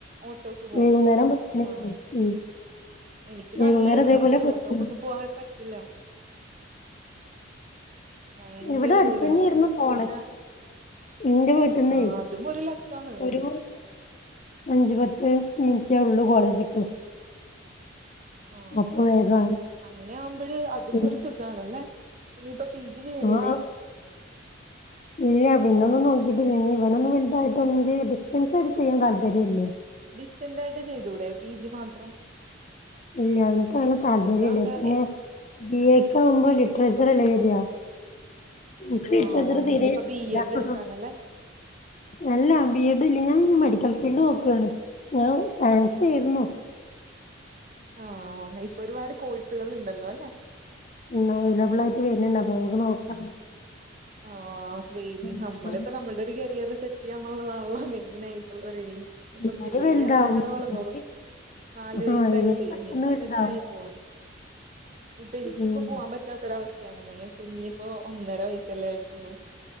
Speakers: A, on the right; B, on the left.
A: ഓട്ടോക്ക് പോകും
B: വൈകുന്നേരം ബസ്സിന്
A: ആ
B: പോകും ഉം
A: എനിക്ക്
B: വൈകുന്നേരം
A: നല്ല ദൂരമുണ്ട്
B: ഇതേപോലെ ബസ്സിന്
A: ഓട്ടോക്കൊന്നും പോവാൻ പറ്റില്ല ഭയങ്കര
B: ഇവിടെ അടുത്തന്നെയായിരുന്നു
A: ദൂരമുണ്ട് അപ്പൊ
B: കോളേജ്
A: പിന്ന
B: എന്റെ വീട്ടിന്നേ
A: ആഹ് അതും ഒരു ലക്കാണ്.
B: <unintelligible> അഞ്ച് പത്ത് മിൽറ്റെ ഒള്ളൂ കോളേജ്ക്ക്.
A: ആഹ്
B: അപ്പൊ വേഗായി
A: അങ്ങനെ ആവുമ്പഴ് അതും
B: പിന്നെ
A: ഒരു സുഖാണല്ലേ. ഇനിയിപ്പ പി ജി ചെയ്യണില്ലേ
B: ആഹ് ഇല്ല പിന്നൊന്നും നോക്കീട്ടില്ല ഇനി ഇവനൊന്ന് വൽതായിട്ടൊന്നങ്കി ഡിസ്റ്റൻസായിട്ട് ചെയ്യാൻ താല്പര്യം ഇല്ല.
A: ഡിസ്റ്റന്റായിട്ട് ചെയ്തൂടെ പി ജി മാത്രം?
B: ഇല്ല്യ ഇൻക്കങ്ങനെ താല്പര്യല്ല
A: അതാവുമ്പോ
B: പിന്നെ ബി എ ക്കാവുമ്പൊ ലിറ്ററേച്ചറല്ലെ വെരാ. ഇൻക്ക്
A: ആഹ്
B: ലിട്രേച്ചറ് തീരേ
A: ഇനിയിപ്പ
B: ഇഷ്ടല്ല.
A: ബി എഡ് എടുക്കാനല്ലേ
B: അ ഹ ഹ അല്ല ബി എഡ് ഇല്ല്യ ഞാൻ ഇനി മെഡിക്കൽ ഫീൽഡ് നോക്കാണ് ഞാൻ സയൻസ് തീർന്നു.
A: മെഡിക്കൽ ആഹ് ഒ ഇപ്പൊ ഒരുപാട് കോഴ്സുകൾ ഇണ്ടല്ലോല്ലെ?
B: ഇന്നഅവൈലബിളായിട്ട് വര്ന്ന്ണ്ട് അപ്പൊ നമക്ക് നോക്കാം.
A: ഓ ഓ ഓ ബേബി നമ്മളിപ്പൊ
B: നോക്കാം.
A: നമ്മള്ടെ കരിയർ സെറ്റ് ചെയ്യാന്നുള്ളതാണല്ലോ മെയ്നാ യിട്ട്ള്ള ഒരേയിം. ഇപ്പൊ
B: ഇവര്
A: പിള്ളേര്
B: വലുതാവും.
A: അങ്ങനെ അങ്ങട്ട് വളർന്നോളും
B: ഇവര്
A: നാല് വയസ്സായില്ലേ
B: ആഹ് ഇവര് പെട്ടെന്ന്
A: ഇനിയിപ്പ
B: വലുതാവും.
A: സെറ്റായി. കോളും ഇപ്പ എനിക്കിപ്പ
B: ഉം
A: പോവാപറ്റാ പറ്റാത്തൊരവസ്ഥയാണെന്നെ കുഞ്ഞിപ്പോ ഒന്നര വയസ്സല്ലെ ആയിട്ടൊള്ളൂ.